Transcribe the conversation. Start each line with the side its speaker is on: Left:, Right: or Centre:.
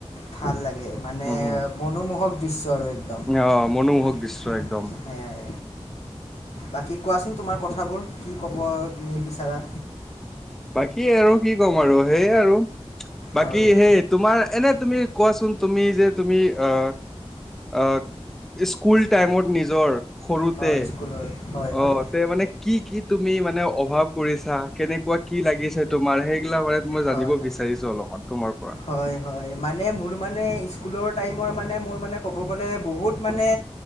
Left: ভাল লাগে মানে
Centre: উম উম
Left: মনোমোহক দৃশ্য আৰু একদম। অ'
Centre: অ মনোমোহক দৃশ্য একদম
Left: সেয়াই বাকী কোৱাচোন তোমাৰ কথাবোৰ কি ক'ব তুমি বিচাৰা?
Centre: বাকী আৰু কি ক'ম আৰু সেই আৰু বাকী
Left: হয়
Centre: সেই তোমাৰ এনে তুমি কোৱাচোন তুমি যে তুমি অ' অ' স্কুল টাইমত নিজৰ সৰুতে
Left: হয় স্কুলৰ হয় হয়
Centre: অ' তে মানে কি-কি তুমি মানে অভাৱ কৰিছাঁ, কেনেকুৱা কি লাগিছে তোমাৰ সেইগিলাক মানে মই
Left: হয়
Centre: জানিব
Left: হয়
Centre: বিচাৰিছোঁ অলপমান তোমাৰ পৰা?
Left: হয় হয় মানে মোৰ মানে স্কুলৰ টাইমৰ মানে মোৰ মানে ক'ব গ'লে বহুত মানে